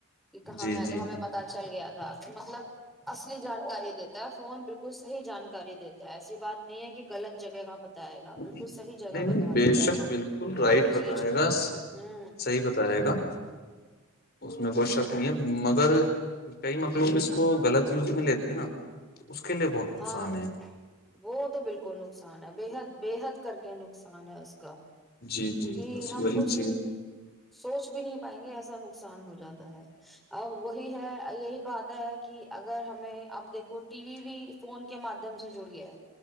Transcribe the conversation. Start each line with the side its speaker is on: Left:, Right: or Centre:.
Centre: کہ کہاں
Left: جی
Centre: ہے
Left: جی
Centre: تو ہمیں پتاہ چل گیا تھا مطلب اصلی جانکاری دیتا ہے فون بالکل صحیح جانکاری دیتا ہے ایسی بات نہیں ہے کہ غلط جگہ کا پتئے گا بالکل
Left: نہیں
Centre: صحیح جگہ
Left: نہیں
Centre: بتا
Left: بے
Centre: دیتا
Left: شک
Centre: ہے وہ
Left: بالکل رائٹ
Centre: کوئی
Left: بتائے
Centre: چیز
Left: گا صحیح
Centre: ہوں
Left: بتائے گا اس میں کوئی شک یہ مگر کئی مکروں اس کو غلط یوز میں لیتی ہے نا اس کے لیے بہت نقصان
Centre: ہاں
Left: ہے
Centre: وہ تو بالکل کو نقصان ہے بےحد بےحد کر کے نقصان ہے اس کا
Left: جی
Centre: کیونکہ
Left: جی بس
Centre: ہم
Left: وہی
Centre: کچھ
Left: چیز
Centre: سوچ بھی نہیں پائیں گے ایسا نقصان ہو جاتا ہے اب وہی ہے یہی بات ہے کہ اگر ہمیں اب دیکھو ٹی وی بھی فون کے مادھیم سے جڑ گیا